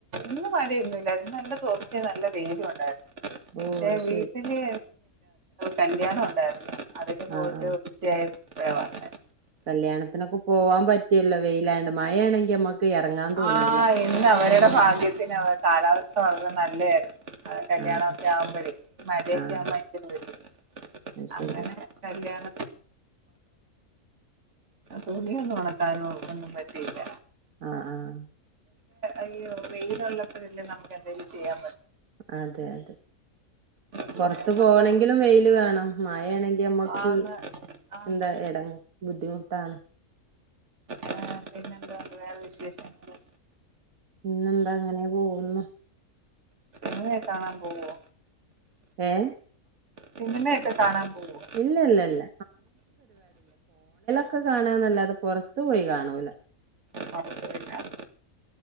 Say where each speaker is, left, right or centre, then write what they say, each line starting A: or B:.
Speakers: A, on the right (about 55°); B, on the right (about 75°).
A: ഇന്ന് മഴയൊന്നുംല്ലായി നല്ല തോർച്ചയ നല്ല വെയിലും ഉണ്ടായിരുന്നു
B: ഓ
A: പക്ഷേ
B: അത് ശരി
A: വീട്ടില് കല്യാണം ഉണ്ടായിരുന്നു അതിന് പോയിട്ട്
B: ആഹ് ആഹ്
A: ഉച്ചയായ ഇപ്പഴാ വന്നേ
B: കല്യാണത്തിനൊക്കെ പോവാൻ പറ്റിയല്ലോ വെയിലയോണ്ട് മഴയാണെങ്കി നമ്മക്ക് എറങ്ങാൻ തോന്നൂല
A: ആ ഇന്ന് അവരുടെ ഭാഗ്യത്തിന് അവ കാലാവ <unintelligible> നല്ലേയാരുന്നു ആ കല്യാണ
B: ആഹ്
A: ഒക്കെ ആവുമ്പഴേ മഴയൊക്കെ
B: ആഹ്
A: <unintelligible>
B: അത് ശരി
A: അങ്ങനെ കല്യാണ തുണി ഒന്നും ഒണക്കാനും ഒന്നും പറ്റില്ല
B: ആഹ് ആഹ്
A: അയ്യോ വെയിലോള്ളപ്പഴല്ലേ നമുക്ക് എന്തെലും ചെയ്യാ
B: അതെ അതെ
A: പിന്നെ
B: പൊറത്ത്
A: മക്കൾ
B: പോകണങ്കിലും വെയില് വേണം മഴയാണെങ്കി നമ്മക്ക്
A: ആന്ന് ആന്ന്
B: എന്താ ഇട ബുദ്ധിമുട്ടാണ്
A: ആ പിന്നെന്തോവോണ്ട് വേറെ വി ശേഷങ്ങള്
B: പിന്നെന്താ അങ്ങനെ പോകുന്നു
A: മൂവി കാണാൻ പോവോ
B: ഏഹ്
A: സിനിമയൊക്കെ കാണാൻ പോവോ
B: ഇല്ല ഇല്ല ഇല്ല ക്കെ കാണന്നല്ലാതെ പൊറത്തു പോയി കാണൂല
A: പുറത്ത് പോയി കാണാൻ